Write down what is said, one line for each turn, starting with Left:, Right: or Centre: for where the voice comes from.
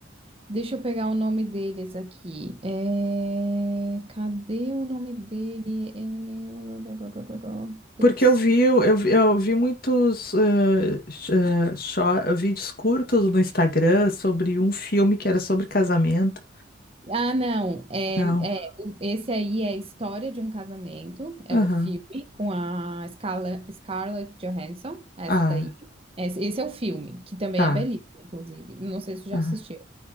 Right: Deixa eu pegar o nome deles aqui. É, Cadê o nome dele? É... Putz.
Left: Porque eu vi, eu, eu vi- eu vi muitos eh, sh- eh, shor- vídeos curtos no Instagram sobre um filme que era sobre casamento.
Right: Ah, não. É,
Left: Não.
Right: é, o- esse aí é a história de um casamento. É
Left: Aham.
Right: o filme com a Scala- Scarlett Johansson. Essa
Left: Ah,
Right: daí. Esse, esse é o filme, que também
Left: tá.
Right: é belíssimo, inclusive. Não sei se você já
Left: Aham.
Right: assistiu.